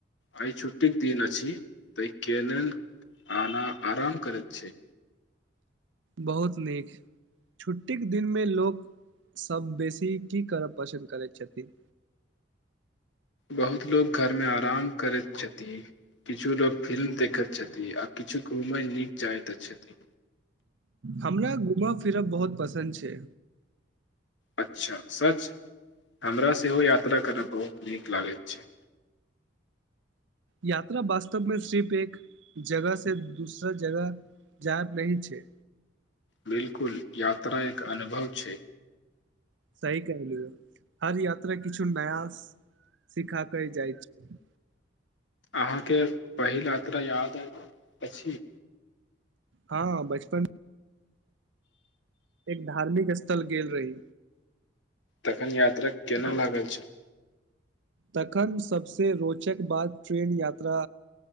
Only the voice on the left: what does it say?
आइ छुट्टीक के दिन अछि तई के लेल आना आराम करैत छै
बहुत लोको घरमे आराम करैत छथिन किछु लोक फिल्म देखैत छथिन आ किछु घूमय नीक जाइत छथिन
अच्छा सच हमरा सेहो यात्रा करय बहुत नीक लागैत छै
बिलकुल याात्रा एक अनुभव छै
अहाँके पहिल यात्रा याद अछि
तखन यात्रा केना लागल छै